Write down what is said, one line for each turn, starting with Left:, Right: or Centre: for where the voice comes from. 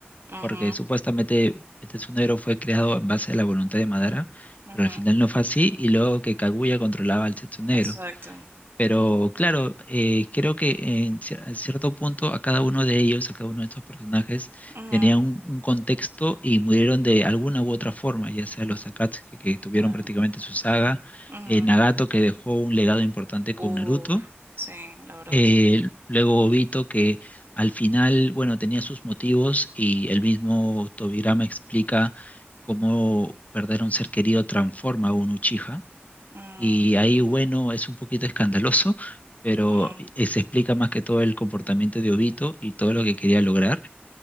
Right: ujú, ujú,
Left: porque supuestamente Setsunegro fue creado en base a la voluntad de Madara,
Right: ujú,
Left: pero al final no fue así, y luego que Kaguya controlaba al Setsunegro.
Right: exacto.
Left: Pero claro, eh, creo que en cier- a cierto punto a cada uno de ellos, a cada uno de estos personajes,
Right: ujú,
Left: tenía un, un contexto y murieron de alguna u otra forma, ya sea los Akatsuki que, que tuvieron
Right: ah,
Left: prácticamente su saga,
Right: ujú.
Left: eh, Nagato que dejó un legado importante
Right: Uf,
Left: con Naruto,
Right: sí, la verdad
Left: eh,
Right: es sí.
Left: luego Obito que al final, bueno, tenía sus motivos y el mismo Tobirama explica cómo perder a un ser querido transforma a un Uchiha.
Right: Mm,
Left: Y ahí, bueno, es un poquito escandaloso, pero
Right: mm,
Left: eh, se explica más que todo el comportamiento de Obito y todo lo que quería lograr.